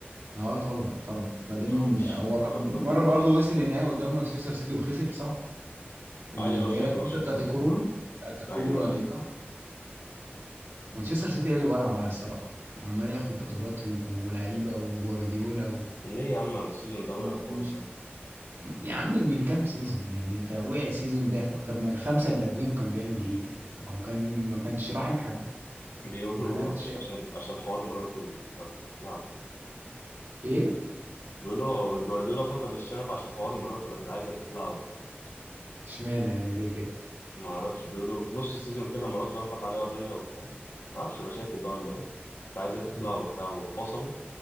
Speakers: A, on the right; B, on the left.
A: اه طبعا طبعا بعدين
B: يعني هو مش
A: هو
B: بيلعبها
A: بقى- مره
B: كده خلاص
A: برضه وصل النهائي قدام مانشستر سيتي وخسر صح اللي
B: ايوه اقصد
A: هي الفتره
B: مانشستر
A: بتاعت
B: سيتي
A: الكورونا
B: خاطر
A: بتاعت الكورونا
B: ايوه
A: دي
B: ايوه
A: صح مانشستر سيتي هي اللي والعه معايا الصراحه عمال ياخد بطولات و- ولعيبه وجوارديولا
B: ليه يا عم السيزون ده وقع
A: ومرموش
B: خالص اهو
A: يا عم من كام سيزون يعني انت وقع السيزون ده طب ما الخمسه اللي قبليهم كان بيعمل ايه يعني ما هو كان ما كانش راحم حد
B: بيقولوا
A: ولا انت
B: عش-
A: شايف
B: عشان عشان حوار مراته اللي كانت تخلعه ده
A: ايه
B: بيقولوا جوارديولا فقد الشغف عشان حوار مراته اللي كانت عايزه تخلعه ده
A: اشمعنى يعني ليه كده
B: ما اعرفش بيقولوا في نص السيزون كده مراته رفعت عليه قضيه وبتاع ما اعرفش مشاكل بقى ولا ايه كانت عايزه تخلعه
A: مم.
B: وبتاع وفصلوا